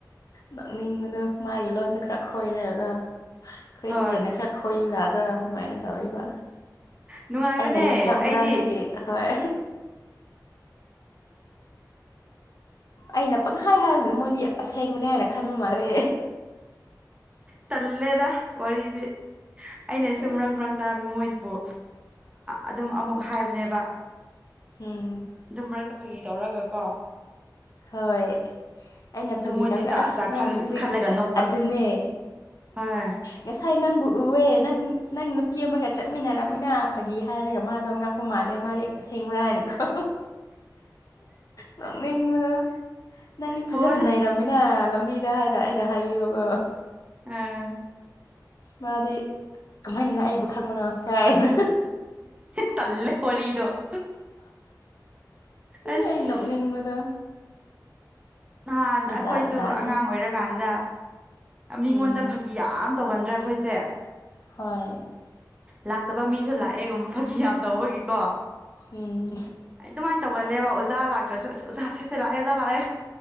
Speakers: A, on the left (about 55°); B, on the right (about 15°).
A: ꯅꯛꯅꯤꯡꯕꯗꯣ ꯃꯥꯒꯤ ꯂꯣꯟꯁꯦ ꯈꯔ ꯈꯣꯏꯔꯔꯒ ꯑꯩꯈꯣꯏꯗꯒꯤ
B: ꯍꯣꯏ
A: ꯍꯦꯟꯅ ꯈꯔ ꯈꯣꯏꯕꯖꯥꯗꯕ ꯑꯗꯨꯃꯥꯏꯅ ꯇꯧꯔꯤꯕ
B: ꯅꯨꯡꯉꯥꯏꯕꯅꯦ
A: ꯑꯩꯅ ꯌꯣꯡꯆꯥꯛ ꯍꯨꯔꯥꯟꯕꯒꯤ
B: ꯑꯩꯗꯤ
A: ꯍꯣꯏ ꯑꯩꯅ ꯄꯪꯍꯥꯏ ꯍꯥꯏꯔꯤꯕꯁꯤꯅ ꯃꯣꯏꯗꯤ ꯑꯁꯦꯡꯕꯅꯦ ꯍꯥꯏꯅ ꯈꯟꯕ ꯃꯥꯜꯂ
B: ꯇꯜꯂꯦꯗ ꯋꯥꯔꯤꯗꯤ ꯑꯩꯅ ꯁꯨꯝ
A: ꯑꯗꯨꯅꯦ
B: ꯃꯔꯛ ꯃꯔꯛ ꯗ ꯃꯣꯏꯗꯨꯕꯨ ꯑꯗꯨꯝ ꯑꯃꯨꯛ ꯍꯥꯏꯕꯅꯦꯕ
A: ꯍꯝ
B: ꯑꯗꯨꯝ ꯃꯔꯛꯇ ꯐꯥꯒꯤ ꯇꯧꯔꯒ ꯀꯣ
A: ꯍꯣꯏ ꯑꯩꯅ
B: ꯑꯗꯨ
A: ꯐꯥꯒꯤ
B: ꯃꯣꯏꯗꯤ
A: ꯇꯧꯔꯒ
B: ꯖꯥꯠ
A: ꯑꯁ
B: ꯖꯥꯠ
A: ꯅꯪ ꯍꯧꯖꯤꯛ
B: ꯈꯜꯂꯒ ꯅꯣꯛꯄ
A: ꯑꯗꯨꯅꯦ
B: ꯍꯣꯏ
A: ꯉꯁꯥꯏ ꯅꯪꯕꯨ ꯎꯑꯦ ꯅꯪ ꯅꯪ ꯅꯨꯄꯤ ꯑꯃꯒ ꯆꯠꯃꯤꯟꯅꯔꯃꯤꯅ ꯐꯥꯒꯤ ꯍꯥꯏꯔꯒ ꯃꯥꯗꯣ ꯉꯥꯛꯄ ꯃꯥꯜꯂꯦ ꯃꯥꯗꯤ ꯁꯦꯡꯔꯥ ꯍꯥꯏꯅꯀꯣ ꯅꯣꯛꯅꯤꯡꯕꯗꯣ ꯅꯪꯒꯤ ꯐꯖꯅ
B: ꯇꯧꯕꯅꯦ
A: ꯂꯩꯔꯝꯃꯤꯅ ꯂꯝꯕꯤꯗ ꯍꯥꯏꯔ ꯑꯩꯅ ꯍꯥꯏꯕꯤꯌꯣꯒ
B: ꯑꯥ
A: ꯃꯥꯗꯤ ꯀꯃꯥꯏꯅꯅꯥꯏꯕ ꯈꯪꯕꯅꯣ ꯀꯥꯏꯅ
B: ꯇꯂꯦ ꯋꯥꯔꯤꯗꯣ ꯑꯁ
A: ꯑ ꯑ ꯅꯣꯛꯅꯤꯡꯕꯗ
B: ꯅꯍꯥꯟ ꯑꯩꯈꯣꯏꯁꯨ
A: ꯖꯥꯠ ꯖꯥꯠꯅꯤ
B: ꯑꯉꯥꯡ ꯑꯣꯏꯔꯀꯥꯟꯗ ꯃꯤꯉꯣꯟꯗ
A: ꯎꯝ
B: ꯐꯥꯒꯤ ꯌꯥꯝ ꯇꯧꯒꯟꯗ꯭ꯔꯥ ꯑꯩꯈꯣꯏꯁꯦ
A: ꯍꯣꯏ
B: ꯂꯥꯛꯇꯕ ꯃꯤꯁꯨ ꯂꯥꯛꯑꯦꯒꯨꯝꯕ ꯐꯥꯒꯤ ꯌꯥꯝ ꯇꯧꯕꯒꯤꯀꯣ
A: ꯎꯝ
B: ꯑꯩ ꯑꯗꯨꯃꯥꯏꯅ ꯇꯧꯒꯜꯂꯦꯕ ꯑꯣꯖꯥ ꯂꯥꯛꯇ꯭ꯔꯁꯨ ꯑꯁ ꯑꯣꯥ ꯁꯩꯁꯦ ꯂꯥꯛꯑꯦ ꯑꯣꯖꯥ ꯂꯥꯛꯑꯦ